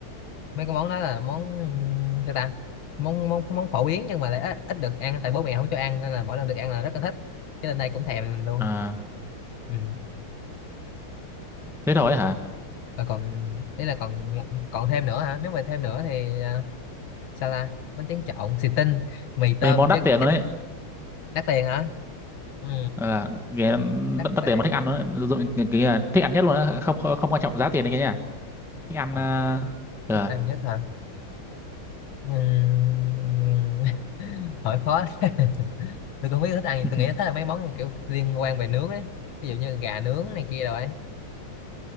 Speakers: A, on the left; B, in the centre.
A: mấy cái món đó là món ừm, sao ta món món món phổ biến nhưng mà lại ít, ít được ăn tại bố mẹ không cho ăn nên là mỗi lần được ăn là rất là thích cho nên đây cũng thèm luôn
B: À,
A: ừ.
B: thế thôi hả?
A: và còn ý là còn còn thêm nữa hả nếu mà thêm nữa thì à, sao ta bánh tráng trộn xì tinh mì tôm
B: Mấy món đắt
A: trứng
B: tiền luôn đấy.
A: <laughs> đắt tiền hả ừ.
B: À,
A: đắt
B: đắt
A: tiền
B: tiền mà thích ăn nó dụng cái, cái, ờ, thích ăn nhất luôn á, không, không không quan trọng giá tiền này kia nha. Thích ăn
A: Ờ,
B: ờ, ờ,
A: thích ăn nhất hả Ừm, <laughs> hỏi khó đấy. <laughs> tôi cũng không biết thích ăn
B: <laughs>
A: tôi nghĩ thích là mấy món kiểu liên quan về nướng ấy ví dụ như gà nướng này kia rồi ấy